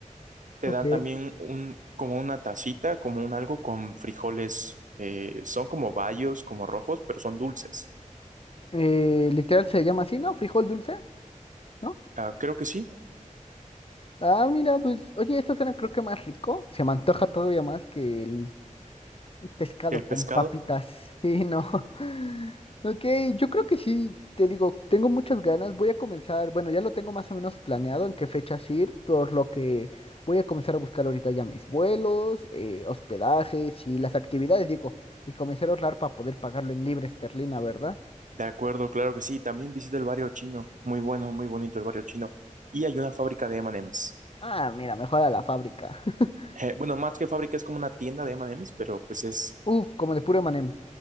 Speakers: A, on the right (about 70°); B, on the left (about 45°).
A: te
B: Ok.
A: dan también un, como una tacita, como un algo con frijoles, eh, son como bayos, como rojos, pero son dulces.
B: Eh, literal se llama así, ¿no? Frijol dulce, ¿no?
A: Ah, creo que sí,
B: Ah, mira, pues, oye, eso suena creo que más rico. Se me antoja todavía más que el pescado
A: el
B: con
A: pescado.
B: papitas. Sí, no. <laughs> Ok, yo creo que sí, te digo, tengo muchas ganas. Voy a comenzar, bueno, ya lo tengo más o menos planeado en qué fechas ir, por lo que voy a comenzar a buscar ahorita ya mis vuelos, eh, hospedajes y las actividades, digo, y comenzar a ahorrar para poder pagarlo en libre esterlina, ¿verdad?
A: De acuerdo, claro que sí. También visita el barrio chino. Muy bueno, muy bonito el barrio chino. Y hay una fábrica de M&M's.
B: Ah, mira, mejor a la fábrica. <laughs>
A: Eh, bueno, más que fábrica es como una tienda de M&M's, pero pues es,
B: Uf, como de puro manem.